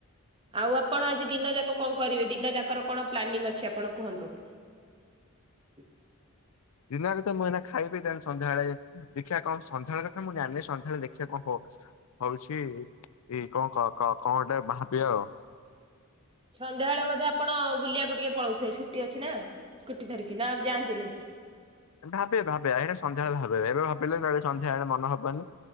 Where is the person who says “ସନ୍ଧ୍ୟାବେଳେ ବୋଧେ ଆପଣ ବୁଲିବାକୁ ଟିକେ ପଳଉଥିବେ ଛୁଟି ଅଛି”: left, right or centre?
Right